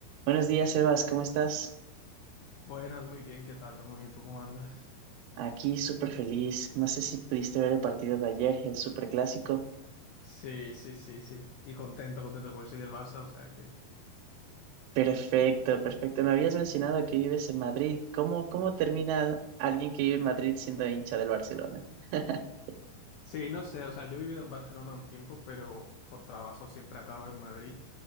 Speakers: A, on the right; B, on the left.
A: Buenos días, Sebas, ¿cómo estás?
B: Buenas, muy bien, ¿qué tal? ¿Todo muy bien? ¿Tú cómo andas?
A: Aquí súper feliz. No sé si pudiste ver el partido de ayer, el superclásico.
B: Sí, sí, sí, sí. Y contento, contento porque soy del Barça, o sea que...
A: Perfecto, perfecto. Me habías mencionado que vives en Madrid. ¿Cómo, cómo termina alguien que vive en Madrid siendo hincha del Barcelona? <laughs>
B: Sí, no sé, o sea, yo he vivido en Barcelona un tiempo, pero por trabajo siempre acabo en Madrid.